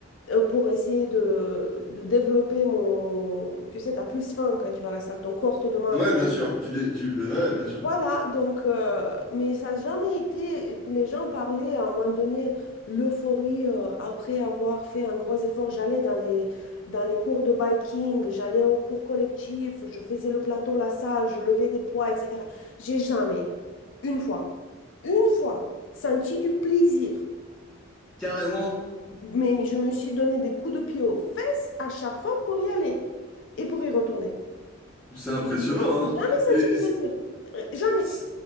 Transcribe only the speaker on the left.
euh, pour essayer de, de développer mon... Tu sais, tu as plus faim quand tu vas à la salle, ton corps te demande.
Voilà, donc, euh, mais ça n'a jamais été... Les gens parlaient à un moment donné, l'euphorie euh, après avoir fait un gros effort. J'allais dans les, dans les cours de biking, j'allais aux cours collectifs, je faisais le plateau, la salle, je levais des poids, etc. J'ai jamais, une fois, une fois, senti du plaisir.
Mais je me suis donné des coups de pied aux fesses à chaque fois pour y aller et pour y retourner.
J'ai
jamais senti
de
plaisir. Euh, Jamais.